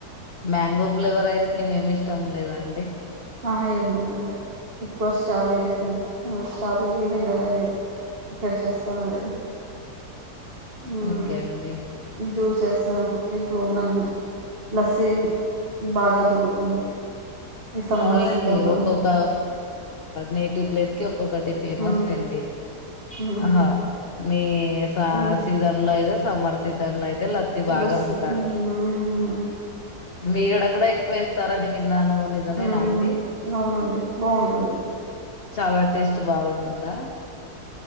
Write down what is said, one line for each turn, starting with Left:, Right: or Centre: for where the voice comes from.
Left: మ్యాంగో ఫ్లేవర్ ఐస్ క్రీమ్ ఏమి ఇష్టం లేదా అండి
Right: అహ ఏం లేదండి ఎక్కువ స్ట్రాబెర్రీ తింటా స్ట్రాబెర్రీ వెన్నాలనే ప్రిపేర్ చేస్తానండి మ్
Left: ఓకె అండి
Right: జ్యూసెస్ ఇప్పుడు ఉన్నన్ లస్సిీ బాగ దొరుకుతుంది ఈ సమ్మర్
Left: అవున్లేండి
Right: సీజన్ లో
Left: ఒక్కొక్క నేటివ్ ప్లేస్ కి ఒక్కొక్కటి ఫేమస్
Right: మ్
Left: లేండి
Right: మ్
Left: అహ మీ
Right: మ్
Left: సీజన్ లో లో ఏదో సమర్ సీజన్ లో అయితే అయితే లస్సీ బాగ
Right: లస్సీ
Left: ముతారు
Right: మ్
Left: మీగడ కూడ ఎక్కువ వేస్తారని విన్నాను నిజమేనా
Right: హుమ్
Left: అండి?
Right: అవునండి బాగుంటుంది
Left: చాలా టేస్ట్ బాగుంటుందా